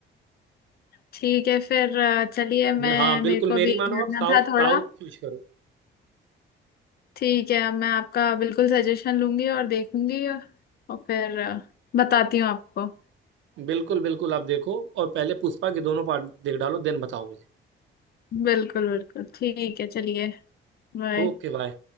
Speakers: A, on the left; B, on the right.
A: ठीक है फिर अ, चलिए मैं
B: मैं- हाँ बिल्कुल
A: मेरे को
B: मेरी
A: भी
B: मानो
A: जाना
B: आप साउथ
A: था
B: साउथ
A: थोड़ा
B: चूज करो
A: ठीक है मैं आपका बिल्कुल सजेशन लूंगी और देखूंगी और और फिर अ, बताती हूँ आपको
B: बिल्कुल बिल्कुल आप देखो और पहले पुष्पा के दोनों पार्ट देख डालो देन बताओ मुझे
A: बिल्कुल बिल्कुल ठीक है चलिए बाय
B: Okay bye